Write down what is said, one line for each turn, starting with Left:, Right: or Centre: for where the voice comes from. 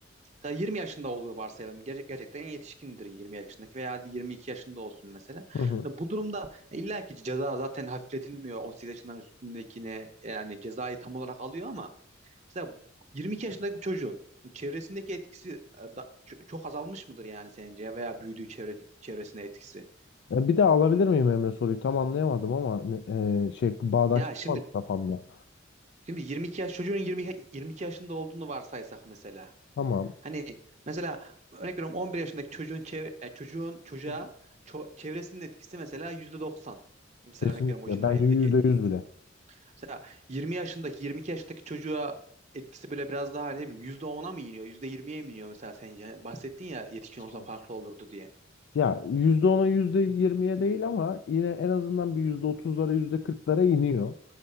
Right: mesela 20 yaşında olduğu varsayalım. Gerçek, gerçekten yetişkindir 20 yaşındaki veya 22 yaşında olsun mesela.
Left: Hı hı.
Right: Hani bu durumda e, illa ki ceza zaten hafifletilmiyor 18 yaşından üstündekine yani cezayı tam olarak alıyor ama mesela 22 yaşındaki bir çocuğun çevresindeki etkisi e, da- ço- çok azalmış mıdır yani sence veya büyüdüğü çevre, çevresine etkisi?
Left: Ya Bir daha alabilir miyim Emre soruyu? Tam anlayamadım ama ne- e, şey bağdaştırmadım
Right: Ya şimdi
Left: kafamda.
Right: şimdi 22 yaş çocuğun yirmi yirmi iki yaşında olduğunu varsaysak mesela.
Left: Tamam.
Right: Hani mesela örnek veriyorum 11 yaşındaki çocuğun çev- e, çocuğun çocuğa
Left: Hocam
Right: ço- çevresinin etkisi mesela %90. Mesela
Left: Kesinlikle.
Right: örnek veriyorum o cinayetteki
Left: Bence yüzde
Right: etkisi.
Left: yüz bile.
Right: Mesela 20 yaşındaki 22 yaşındaki çocuğa etkisi böyle biraz daha hani ne bileyim %10'a mı iniyor, %20'ye mi iniyor mesela sence? Hani Bahsettin ya yetişkin
Left: hiç
Right: olsa
Left: olmaz.
Right: farklı olurdu diye.
Left: Ya yüzde ona yüzde yirmiye değil ama yine en azından bir yüzde otuzlara yüzde kırklara iniyor.